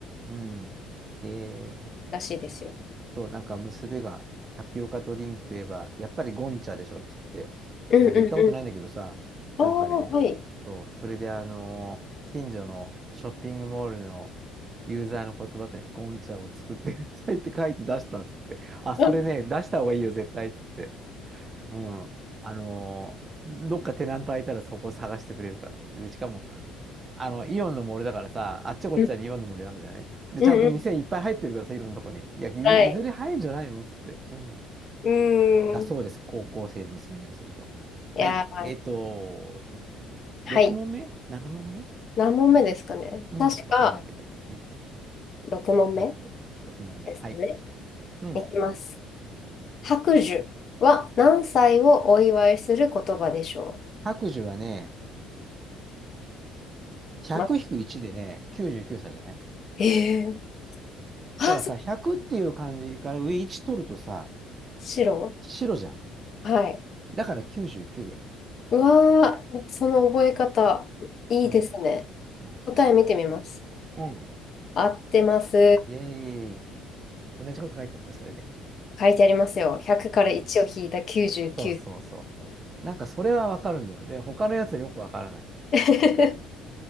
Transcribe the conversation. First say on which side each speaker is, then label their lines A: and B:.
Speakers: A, on the right (about 25°); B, on the left (about 40°).
A: うん。えー
B: らしいですよ。
A: そう、なんか娘がタピオカドリンクといえば、やっぱりゴンチャでしょっつって、
B: うんうんうん。
A: 僕行ったことないんだけどさ、
B: おー、
A: なんかね、
B: はい。
A: そう、それであのー近所のショッピングモールのユーザーの言葉で、ね、ゴンチャを作ってくださいって書いて出したっつって、あ、
B: うん
A: それね、出した方がいいよ、絶対っつって、うん、あのーどっかテナント空いたらそこ探してくれるからって。で、しかも、あの、イオンの森だからさ、あっちゃこっちゃにイオンの森あるじゃないで、
B: うんうんうん。
A: ちゃんと店いっぱい入ってるからさ、いろんなとこに。いや、い、
B: はい。
A: いずれ入るんじゃないのつって。うん。
B: うーん。
A: だそうです。高校生の娘に寄せると。
B: いやー、
A: はい。えっと、ね、
B: はい。
A: 6問目 ?7 問目
B: 何問目ですかね。
A: うん。
B: 確か
A: わかんないけど。ね、
B: 6問
A: 6、6問目。
B: 目ですかね。
A: はい。うん。
B: いきます。白寿は何歳をお祝いする言葉でしょ
A: 白寿はね、100-1でね、
B: う。ま、
A: 99歳じゅうきゅうさいじゃない
B: えー、あ、
A: ほらさ、
B: それ、
A: 100っていう漢字から上1取るとさ、
B: 白
A: 白じゃん。
B: はい。
A: だから99で。
B: うわー、その覚え方、いいですね。
A: うん。うん。
B: 答え見てみます。
A: うん
B: 合ってます。
A: イェーイ。同じこと書いてあるね、それで。
B: 書いてありますよ。100から1を引いた99。
A: うんそうそうそうそう。なんかそれはわかるんだよ。で、他のやつはよくわからない。
B: <laughs>